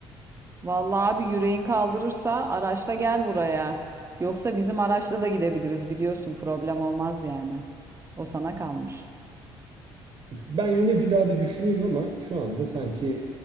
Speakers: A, on the right; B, on the right.
A: Vallahi abi yüreğin kaldırırsa araçla gel buraya. Yoksa bizim araçla da gidebiliriz biliyorsun problem olmaz yani. O sana kalmış.
B: Ben yine bir daha bir düşüneyim ama şu anda sanki